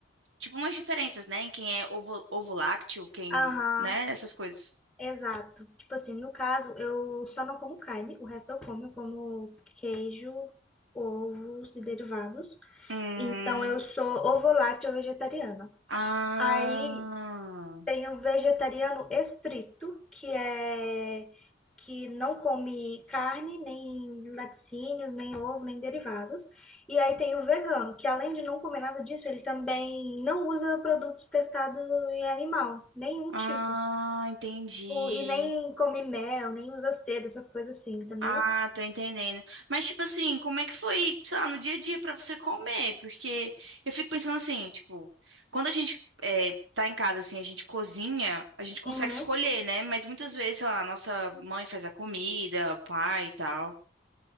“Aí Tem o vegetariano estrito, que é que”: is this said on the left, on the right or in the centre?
Centre